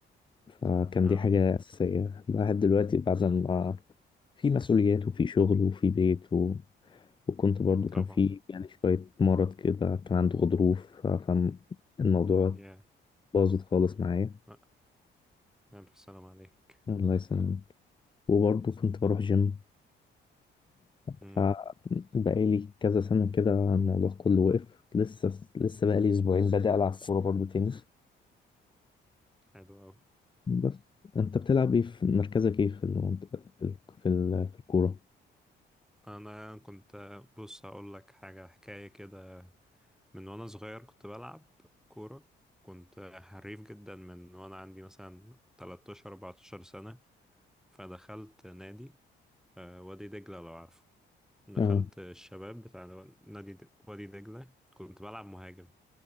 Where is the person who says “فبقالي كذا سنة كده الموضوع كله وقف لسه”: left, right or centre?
Left